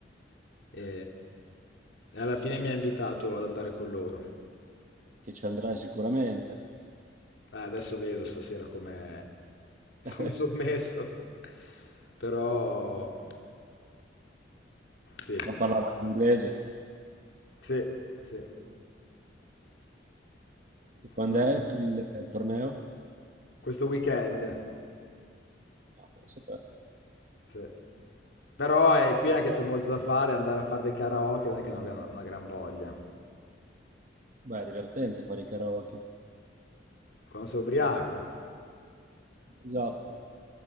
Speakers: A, on the left; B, on the right.
A: E, e alla fine mi ha invitato ad andare con loro.
B: che ci andrai sicuramente.
A: Eh, adesso vedo stasera come
B: <laughs>
A: come sono messo. <laughs> Però sì.
B: Ma parlava in inglese.
A: Sì, sì.
B: E Quando
A: Non
B: è
A: so.
B: il, il- il torneo?
A: Questo weekend.
B: Ah, pensa te.
A: Sì. Però è qui anche c'è molto da fare, andare a fare dei karaoke non è che non ho una una gran voglia.
B: Beh, è divertente fare i karaoke.
A: Quando sei ubriaco.
B: Esatto.